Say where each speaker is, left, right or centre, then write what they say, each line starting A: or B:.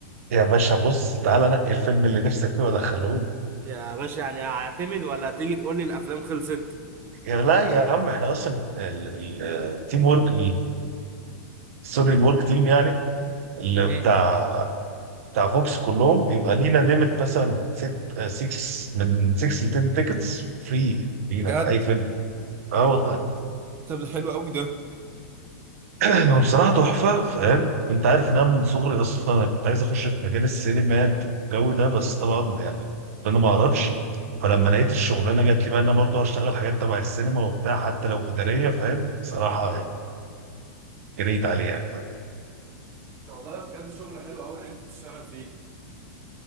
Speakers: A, on the right; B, on the right.
A: يا باشا بص تعالى نقي الفيلم اللي نفسك فيه وادخله لي
B: يا باشا يعني هعتمد ولا هتيجي تقول لي الافلام خلصت
A: يا لا يا عم احنا اصلا التيم ورك سوري الورك تيم يعني اللي
B: امم
A: بتاع بتاع فوكس كلهم بيبقى لينا ليميت مثلا 6 6 من 6 ل 10 تيكتس فري لينا
B: بجد
A: في اي فيلم اه والله
B: طب ده حلو قوي ده انت
A: <clears throat> هو بصراحه تحفه فاهم وانت عارف ان انا من صغري اصلا انا كنت عايز اخش في مجال السينمات والجو ده بس طبعا يعني انا ما اعرفش فلما لقيت الشغلانه جات لي بقى ان انا برضه هشتغل حاجات تبع السينما وبتاع حتى لو اداريه فاهم بصراحه يعني جريت عليها
B: والله بجد شغل حلو قوي ان انت تشتغل فيه